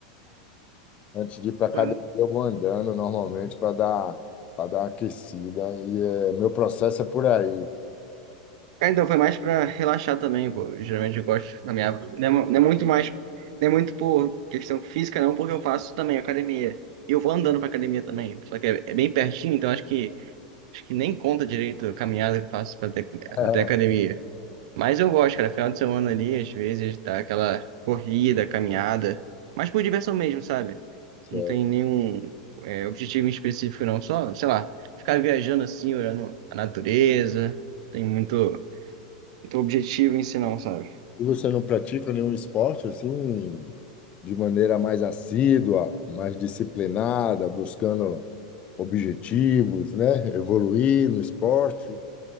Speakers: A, on the left (about 35°); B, on the right (about 65°).
A: Antes de ir para academia,
B: Cara,
A: eu vou andando normalmente para dar, para dar uma aquecida. E é, meu processo é por aí.
B: Ah, Então foi mais pra relaxar também, pô. Eu, Geralmente eu gosto na minha, não é, mu- não é muito mais, não é muito por questão física não, porque eu faço também academia. E eu vou andando pra academia também, só que é, é bem pertinho, então acho que acho que nem conta direito a caminhada que eu faço pra até,
A: <laughs>
B: até a academia. Mas eu gosto, cara, final de semana ali, às vezes dá aquela corrida, caminhada, mas por diversão mesmo, sabe?
A: Certo.
B: Não tem nenhum é, objetivo em específico não, só, sei lá, ficar viajando assim, olhando a natureza, tem muito muito objetivo em si não, sabe?
A: E você não pratica nenhum esporte assim, de maneira mais assídua, mais disciplinada, buscando objetivos, né? Evoluir no esporte.